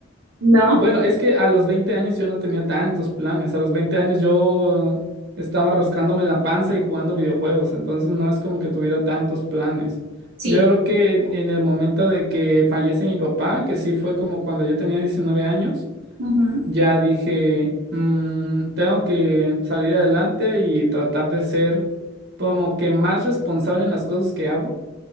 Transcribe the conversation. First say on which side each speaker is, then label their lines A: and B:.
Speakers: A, on the right; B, on the right.
A: ¿No?
B: Bueno, es que a los 20 años yo no tenía tantos planes. A los 20 años yo estaba rascándome la panza y jugando videojuegos, entonces no es como que tuviera tantos planes.
A: Sí.
B: Yo creo que en, en el momento de que fallece mi papá, que sí fue como cuando yo tenía 19 años,
A: Ujú.
B: ya dije, "Mm, tengo que salir adelante y tratar de ser como que más responsable en las cosas que hago.